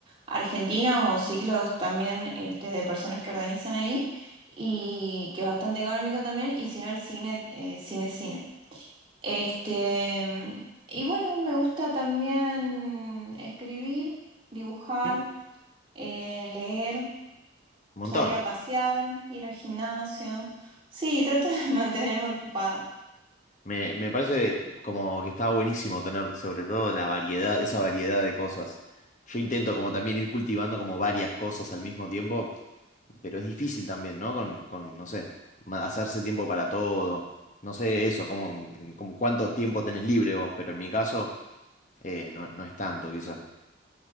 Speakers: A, on the right; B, on the left.
A: argentinas o ciclos también este, de personas que organizan ahí, y que es bastante económico también, y si no el cine, eh, cine, cine. Este, y bueno, me gusta también escribir, dibujar
B: Ujú.
A: eh, leer,
B: Un montón.
A: salir a pasear, ir al gimnasio. Sí, trato de <laughs> mantenerme ocupada.
B: Me, me parece como que está buenísimo tener sobre todo la variedad, esa variedad de cosas. Yo intento como también ir cultivando como varias cosas al mismo tiempo, pero es difícil también, ¿no? Con, con, no sé, ma- hacerse tiempo para todo. No sé eso, como, como cuánto tiempo tenés libre vos, pero en mi caso eh, no, no es tanto quizá.